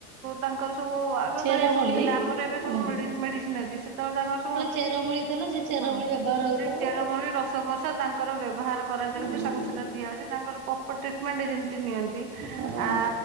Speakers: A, on the right; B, on the right.
A: ତାଙ୍କର ସବୁ ରୋଗ
B: ଚେରମୂଳି
A: କାଳିଆ ସବୁ ଥିଲା ଆମର ଏବେ ସବୁ
B: ଉଁ
A: ମେଡିସିନ ଅଛି ସେତେବେଳେ ତାଙ୍କର ସବୁ
B: ଚେରମୂଳି ଥିଲା ସେ ଚେରମୂଳି
A: ହଁ
B: ବ୍ୟବହାର ହଉଥିବ
A: ସେ ଚେରମଳି ରସ ବସ ତାଙ୍କର ବ୍ୟବହାର କରାଯାଉଛି
B: ଆଉ।
A: ତାଙ୍କୁ ସେଇଟା ଦିଆଯାଉଛି ତାଙ୍କର ପ୍ରପର୍ ଟ୍ରିଟମେଣ୍ଟ ଏ ଯେମିତି ନିଅନ୍ତି
B: ଓହୋ।
A: ଆ